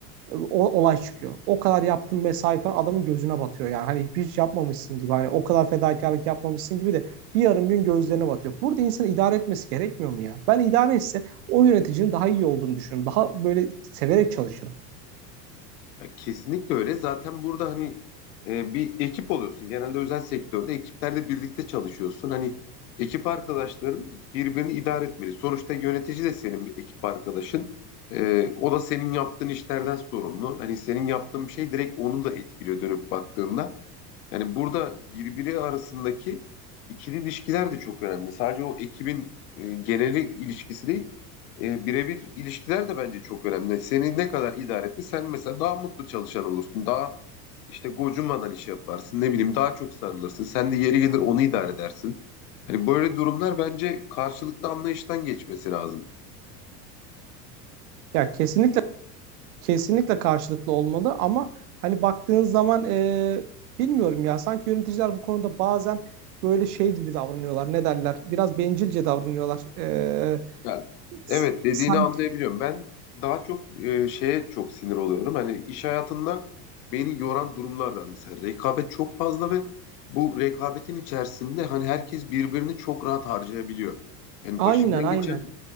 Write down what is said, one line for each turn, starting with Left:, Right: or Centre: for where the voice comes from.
Right: E, O, olay çıkıyor. O kadar yaptın mesai falan adamın gözüne batıyor yani. Hani hiç yapmamışsın gibi. Hani o kadar fedakarlık yapmamışsın gibi de bir yarım gün gözlerine batıyor. Burada insanı idare etmesi gerekmiyor mu ya? Ben idare etse o yöneticinin daha iyi olduğunu düşünüyorum. Daha böyle severek çalışırım.
Left: Ya kesinlikle öyle. Zaten burada hani e, bir ekip oluyorsun. Genelde özel sektörde ekiplerle birlikte çalışıyorsun. Hani ekip arkadaşların birbirini idare etmeli. Sonuçta yönetici de senin bir ekip arkadaşın. E, o da senin yaptığın işlerden sorumlu. Hani senin yaptığın bir şey direkt onu da etkiliyor dönüp baktığında. Yani burada birbiri arasındaki ikili ilişkiler de çok önemli. Sadece o ekibin e, geneli ilişkisi değil, e, birebir ilişkiler de bence çok önemli. Seni ne kadar idare etti, sen mesela daha mutlu çalışan olursun, daha işte gocunmadan iş yaparsın, ne bileyim daha çok sarılırsın. Sen de yeri gelir onu idare edersin. Hani böyle durumlar bence karşılıklı anlayıştan geçmesi lazım.
Right: Ya kesinlikle Kesinlikle karşılıklı olmalı ama hani baktığın zaman e, bilmiyorum ya sanki yöneticiler bu konuda bazen böyle şey gibi davranıyorlar. Ne derler? Biraz bencilce davranıyorlar. E,
Left: Ya,
Right: s-
Left: evet dediğini
Right: sanki
Left: anlayabiliyorum. Ben daha çok e, şeye çok sinir oluyorum. Hani iş hayatında beni yoran durumlar var. Mesela rekabet çok fazla ve bu rekabetin içerisinde hani herkes birbirini çok rahat harcayabiliyor. Yani
Right: aynen
Left: başımdan
Right: aynen.
Left: geçen